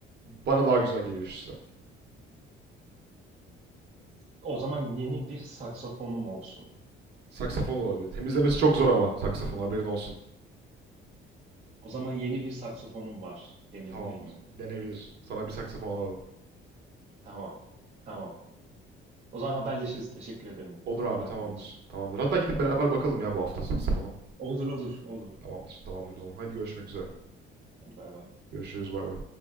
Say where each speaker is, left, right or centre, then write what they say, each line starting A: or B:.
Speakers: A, on the right (about 55°); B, on the right (about 30°).
A: bana daha güzel geliyor şu sıra.
B: O zaman yeni bir saksafonum olsun.
A: Saksafon olabilir. Temizlemesi çok zor ama saksafon haberin olsun.
B: O zaman yeni bir saksafonum var denebilir
A: Tamamdır.
B: mi?
A: Denebilir. Sana bir saksafon alalım.
B: Tamam. Tamam. O zaman haberleşiriz. Teşekkür ederim
A: Olur abi
B: vaktin
A: tamamdır.
B: için.
A: Tamamdır. Hatta gidip
B: Tamam.
A: beraber bakalım ya bu hafta saksafona.
B: Olur olur olur.
A: Tamamdır. Tamamdır o zaman. Haydi görüşmek üzere.
B: Hadi bay bay.
A: Görüşürüz bay bay.